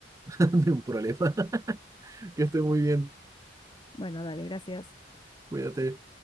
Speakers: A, on the right; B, on the left.
A: <laughs> No hay un problema. <laughs> Que esté muy bien.
B: Bueno, dale, gracias.
A: Cuídate.